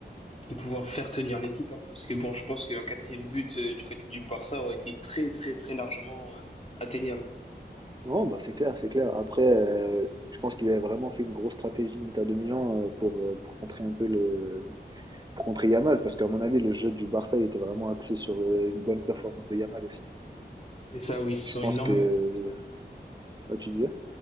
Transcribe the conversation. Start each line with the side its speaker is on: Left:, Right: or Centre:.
Left: de pouvoir faire tenir l'équipe. hein. Parce que bon, je pense qu'un quatrième but euh, du côté du Barça aurait été très très très largement euh, atteignable.
Right: Non, bah c'est clair, c'est clair. Après, euh, je pense qu'ils avaient vraiment fait une grosse stratégie Inter de Milan euh, pour, euh, pour contrer un peu le, pour contrer Yamal, parce qu'à mon avis, le jeu du Barça, il était vraiment axé sur euh, une bonne performance de Yamal aussi.
Left: C'est ça, oui, ils se
Right: Je
Left: sont
Right: pense
Left: énormément
Right: que, bah, tu disais?